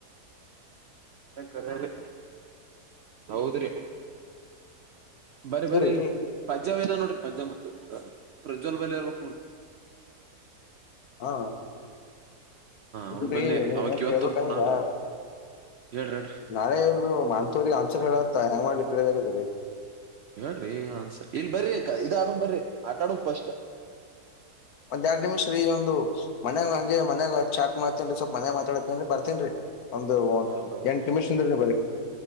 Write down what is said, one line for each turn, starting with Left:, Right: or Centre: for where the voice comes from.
Left: ಹ <unintelligible>
Right: ಕರೆ ಹೌದ್ರಿ. ಬರಿ
Left: ಇದ್ರೀ
Right: ಬರರಿ ಇಲ್ಲಿ ಪಜ್ಜಾಂಬ ಇಲ್ಲ ನೋಡ್ರಿ ಪಜ್ಜಂಬ. ಹ ಪ್ರಜ್ವಲ್ ಬಲರ್ಬೇಕಕ್ಟು.
Left: ಹಾ ಇ
Right: ಅವನ್ ಬಲ್ಲಿ
Left: ಏಳ್ಬೇಕಬೇಕಾಯದಾ.
Right: ಅವಕ್ ಇವತ್ ತೋರ್ಕೊಂಡನ್ರಿ ಹೇಳ್ರಿ ಹೇಳ್ರಿ
Left: ನಾಳೆ ಇವ್ರರು ಮಾಂತೂರಿಗೆ ಆನ್ಸರ್ ಹೇಳತ್ತ ಹೆಂಗ್ ಮಾಡ್ಲಿ ತಿಳದದೀ.
Right: ಹೇಳ್ರಿಸ ಇಲ್ ಬರ ಇದ ಆಡ ಬರ್ರಿ ಆಟ ಹಾಡೋಣ ಫಸ್ಟ್.
Left: ಒಂದ್ ಎರಡ್ ನಿಮಿಷ ರೀ ಒಂದು ಮನೆಾಗ ಹಂಗೆ ಮನ್ಯಾಗ ಚಛಟ್ ಮಾಡ. ರ್ತೇನ್ರಿ ಸ್ವಲ್ಪ ಮನೆ ಮಾತಾಡ್ತನ್ರಿ ಬರ್ತೇನ್ೀ ಒಂದು
Right: ಹಾ ಬರ್
Left: ಎಂಟಟ್
Right: ಬರ್
Left: ನಿಮಿಷಿಂದ್ರ ನೀ ಬರ.